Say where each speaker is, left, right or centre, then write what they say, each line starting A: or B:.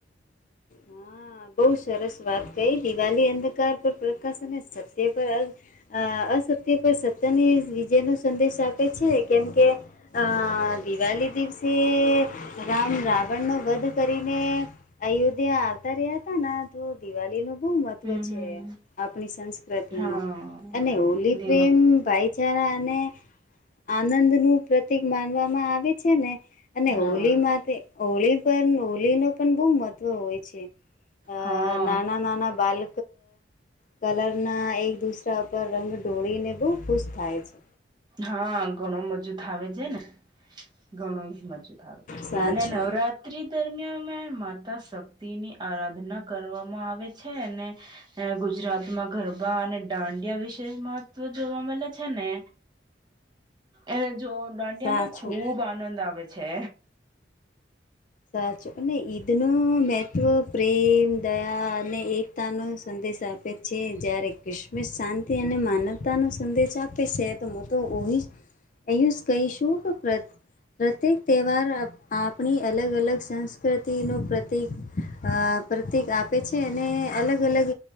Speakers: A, on the left; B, on the right.
A: હા બહુ સરસ વાત કઈ દિવાળ અંધકાર પર પ્રકાશ અને સત્ય પર અ અસત્ય પર સત્યને વિજય નો સંદેશ આપે છે કેમ કે અ દિવાળી દિવસે રામ રાવણનોો વધ કરીને અયોધ્યા આવતા રહ્યા ત ત દિવાળી નું બો મહત્વ
B: હમ હમ
A: છે, આપણી સંસ્કૃતિમાં
B: હા
A: અને હોલી
B: દિવાળી
A: પ્રેમ ભાઈ ચારા અને અને આનંદનું પ્રતિક માનવામાં આવે છે, ને અને
B: હા
A: હોલીમાંથી હોળી પન હોલી ન પણ બહુ મહત્વ હોય છે, અ
B: હા
A: નાના નાના બાલ કલરના એક દૂસરા ઉપર રંગ ઢોળીને બહુ ખુશ થાય છે.
B: હા ઘણું મજું થાવ છે ને, ઘણો ઈ મજો થ આવે
A: સાચું
B: અને નવરાત્ર રાત્રી દરમિયાન માતા શક્તિની આરાધના કરવામાં આવે છે અને ગુજરાતમાં ગરબા અને દાંડિયા વિશે મહત્વ જોવા મળે છે ને. એ જો દાંડિયામાં
A: સાચું
B: ખુબ આનંદ આવે છે.
A: સાચું અને ઈદનું મેહત્ત્વ પ્રેમ દયા અને એ તાનો સંદેશ આપે છે, જ્યારે ક્રિસમીસ શા તેને માનવતાનો સંદેશ આપે છે, તો હું તો ઓહી અહીયું જ કહીશું શુ પર પ્રત્યેક તહેવાર આ આપણી અલગ અલગ સંસ્કૃતિનું પ્રતિક અ પ્રતિક આપે છે, અને અલગ અલગ